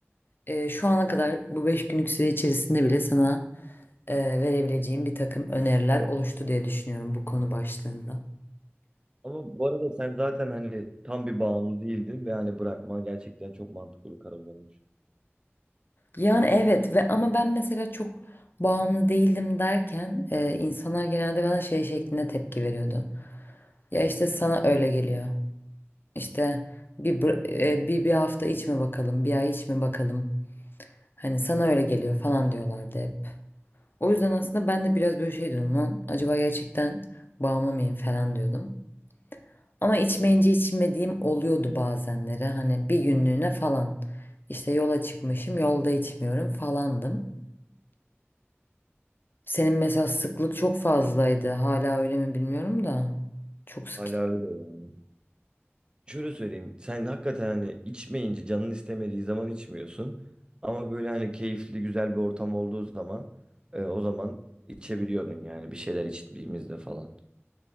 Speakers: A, on the left (about 50°); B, on the right (about 20°).
A: e, şu ana kadar bu beş günlük süre içerisinde bile sana e, verebileceğim bir takım öneriler oluştu diye düşünüyorum bu konu başlığında.
B: Ama bu arada sen zaten hani tam bir bağımlı değildin ve hani bırakman gerçekten çok mantıklı bir karar olmuş.
A: Yani evet ve ama ben mesela çok bağımlı değildim derken e, insanlar genelde bana şey şeklinde tepki veriyordu. Ya işte sana öyle geliyor. İşte bir, bır- e, bir, bir hafta içme bakalım, bir ay içme bakalım. Hani sana öyle geliyor falan diyorlardı hep. O yüzden aslında ben de biraz böyle şey diyordum lan. Acaba gerçekten bağımlı mıyım falan diyordum. Ama içmeyince içmediğim oluyordu bazenleri. Hani bir günlüğüne falan. İşte yola çıkmışım, yolda içmiyorum falandım. Senin mesela sıklık çok fazlaydı. Hala öyle mi bilmiyorum da. Çok sık.
B: Hala öyle yani. Şöyle söyleyeyim. Sen hakikaten hani içmeyince canın istemediği zaman içmiyorsun. Ama böyle hani keyifli güzel bir ortam olduğu zaman e, o zaman içebiliyordun yani bir şeyler içtiğimizde falan.